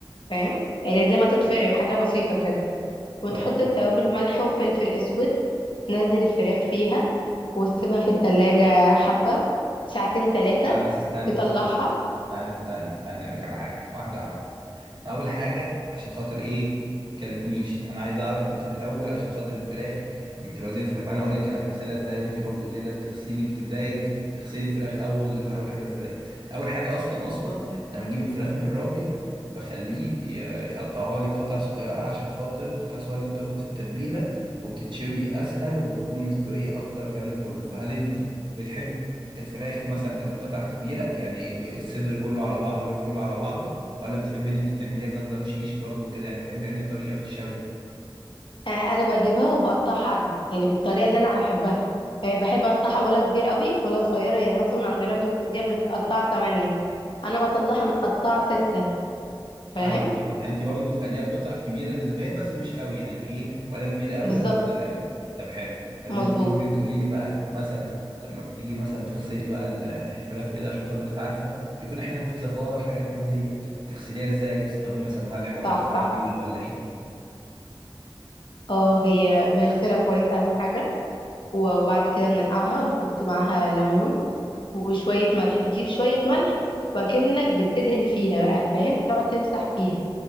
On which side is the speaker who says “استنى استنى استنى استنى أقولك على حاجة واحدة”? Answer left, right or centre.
Right